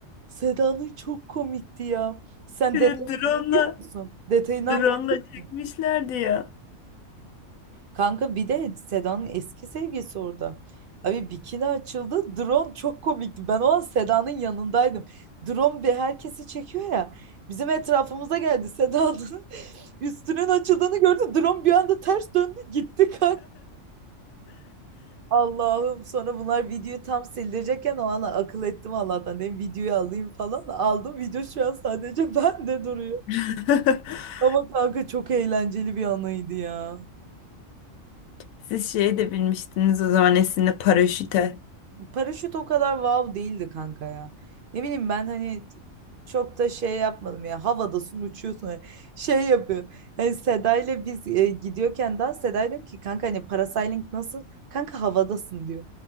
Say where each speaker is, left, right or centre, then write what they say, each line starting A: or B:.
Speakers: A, on the right; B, on the left.
A: Seda'nın çok komikti ya. Sen
B: Bir
A: detayını
B: de drone'la
A: biliyor musun? Detayını
B: drone'la
A: anlatayım
B: çekmişlerdi
A: mı?
B: ya.
A: Kanka bir de Seda'nın eski sevgilisi orada. Abi bikini açıldı. Drone çok komikti. Ben o an Seda'nın yanındaydım. Drone bir herkesi çekiyor ya. Bizim etrafımıza geldi. Seda'nın <laughs> üstünün açıldığını gördü. Drone bir anda ters döndü gitti kanka. Allah'ım sonra bunlar videoyu tam sildirecekken o an akıl ettim Allah'tan dedim videoyu alayım falan. Aldım video şu an sadece <laughs> bende duruyor.
B: <laughs>
A: Ama kanka çok eğlenceli bir anıydı ya.
B: Siz şeye de binmiştiniz o zaman Esin'le paraşüte.
A: Paraşüt o kadar wow değildi kanka ya. Ne bileyim ben hani çok da şey yapmadım ya. Havadasın uçuyorsun. hani Şey yapıyor. Yani Seda ile biz e, gidiyorken dans Seda diyorum ki kanka hani parasailing nasıl? Kanka havadasın diyor.